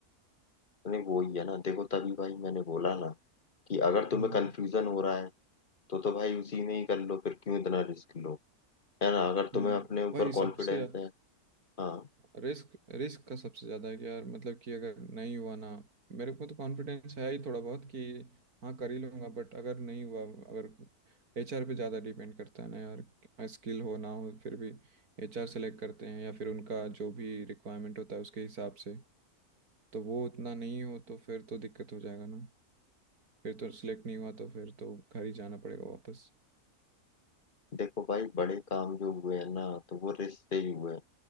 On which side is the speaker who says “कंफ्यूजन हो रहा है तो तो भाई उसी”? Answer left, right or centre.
Left